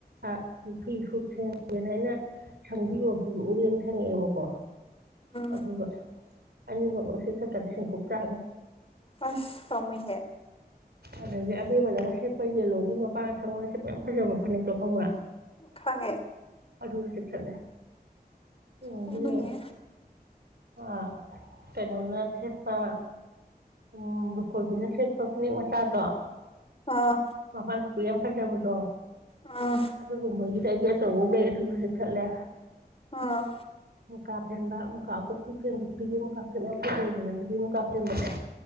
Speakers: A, on the right (about 75°); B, on the left (about 35°).
A: ꯑꯥ ꯐꯤ ꯁꯨꯠ ꯁꯦꯝꯒꯦꯅ ꯑꯩꯅ ꯁꯪꯕꯤꯌꯣ ꯄꯤ ꯎꯔꯦꯟ ꯁꯪꯉꯛꯑꯦꯕꯀꯣ
B: ꯎꯝ
A: ꯑꯗꯨꯒ ꯑꯅꯤꯃꯛꯂꯣꯢ ꯁꯦꯠ ꯁꯦꯠꯇ ꯂꯤꯁꯤꯡ ꯀꯨꯟꯊ꯭ꯔꯥꯒ
B: ꯐꯁ ꯄꯥꯝꯃꯨꯢꯍꯦ
A: ꯑꯗꯒꯤ ꯑꯕꯦꯝꯕꯅꯒ ꯁꯦꯠꯄ ꯌꯦꯂꯣꯒꯤ ꯃꯄꯥꯟ ꯁꯪꯕꯒ ꯁꯦꯠꯄ ꯌꯥꯝ ꯐꯖꯕ ꯐꯅꯦꯛꯇꯣ ꯈꯪꯕ꯭ꯔꯥ
B: ꯈꯪꯉꯦ
A: ꯑꯗꯨꯗ ꯆꯤꯛꯊꯠꯂꯦ ꯎꯒꯤ
B: ꯄꯥꯝꯃꯨꯏꯍꯦ
A: ꯂꯣꯏꯔꯦ ꯑꯥ ꯀꯩꯅꯣꯅ ꯁꯦꯠꯄ ꯎꯝ ꯂꯨꯈꯣꯏꯕꯤꯅ ꯁꯦꯠꯄ ꯐꯅꯦꯛ ꯃꯆꯥꯗꯣ
B: ꯑꯥ
A: ꯃꯄꯥꯟ ꯈꯍꯛꯄꯤ ꯌꯥꯝ ꯐꯖꯕꯗꯣ
B: ꯑꯥ
A: ꯑꯗꯨꯒꯨꯝꯕꯒꯤ ꯀꯦꯒꯦ ꯑꯆꯧꯕ ꯑꯃ ꯂꯩꯔꯦ ꯁꯤꯁꯨ ꯆꯤꯛꯊꯠꯂꯦ
B: ꯑꯥ
A: ꯃꯨꯀꯥ ꯐꯦꯟꯕ ꯃꯨꯀꯥ ꯑ ꯀꯨꯞꯄꯤ ꯐꯦꯟꯕ ꯐꯤꯒꯦ ꯃꯀꯥ ꯐꯦꯟ ꯌꯥꯝ ꯐꯖꯩꯗꯅꯦ ꯐꯤꯒꯦ ꯃꯨꯀꯥ ꯐꯦꯟꯕꯁꯦ